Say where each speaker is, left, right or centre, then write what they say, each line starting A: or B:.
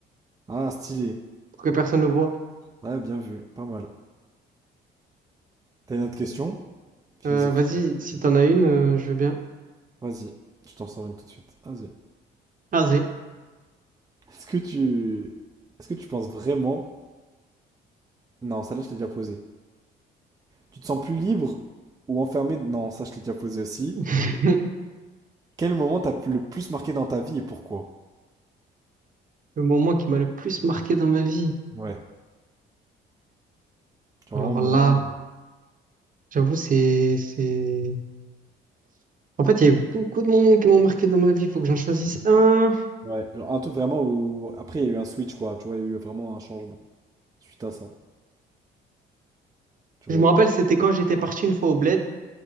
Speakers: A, on the right (about 15°); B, on the right (about 40°).
A: Ah, stylé.
B: pour que personne le voit.
A: Ouais, bien vu. Pas mal. T'as une autre question? Philosophique?
B: Euh, vas-y, si t'en as une, euh, je veux bien.
A: Vas-y. Je t'en sors une tout de suite. Vas-y.
B: Ah, c'est
A: Est-ce que tu... Est-ce que tu penses vraiment... Non, celle-là, je t'ai déjà posée. Tu te sens plus libre ou enfermé? Non, ça je l'ai déjà posé aussi.
B: <laughs>
A: Quel moment t'as le plus marqué dans ta vie et pourquoi?
B: le moment qui m'a le plus marqué dans ma vie.
A: Ouais. Genre
B: Alors
A: vraiment un
B: là,
A: moment.
B: j'avoue, c'est, c'est... En fait, il y a eu beaucoup de moments qui m'ont marqué dans ma vie. Il faut que j'en choisisse un.
A: Ouais. Genre un truc vraiment où. Après, il y a eu un switch, quoi. Tu vois, il y a eu vraiment un changement suite à ça. Tu
B: Je
A: vois?
B: me rappelle, c'était quand j'étais parti une fois au Bled,